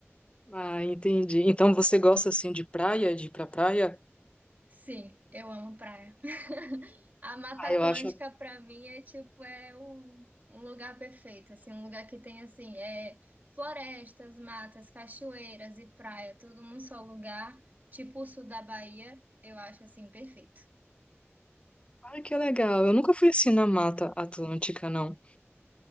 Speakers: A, on the left (about 25°); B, on the right (about 40°).
A: Ah, entendi. Então você gosta assim de praia, de ir pra praia?
B: Sim, eu amo praia. <laughs> A Mata
A: Ah,
B: Atlântica
A: eu acho.
B: pra mim é tipo é um, um lugar perfeito, assim, um lugar que tem assim, é florestas, matas, cachoeiras e praia, tudo num só lugar, tipo o sul da Bahia, eu acho assim perfeito.
A: Ah, que legal. Eu nunca fui assim na Mata Atlântica, não.